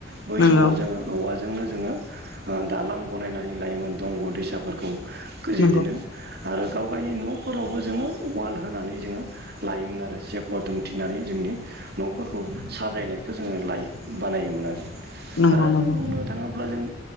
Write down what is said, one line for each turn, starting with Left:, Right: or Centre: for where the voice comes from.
Right: बै
Left: नंगौ
Right: समाव जोङो औवा जोंनो जोङो ओ दालां बनायनानै लायोमोन दंग' दैसाफोरखौ गोजेदोनो।
Left: नंगौ
Right: आरो गाव-गावनि न'फोरावबो जोङो वाल होनानै जोङो लायोमोन आरो सेकर दुमथि फिनानै जोंनि न'फोरखौ साजायनायखौ जोङो लाय बानायोमोन आरो।।
Left: नंगौ
Right: आरो जों बुंनो थाङोब्ला जों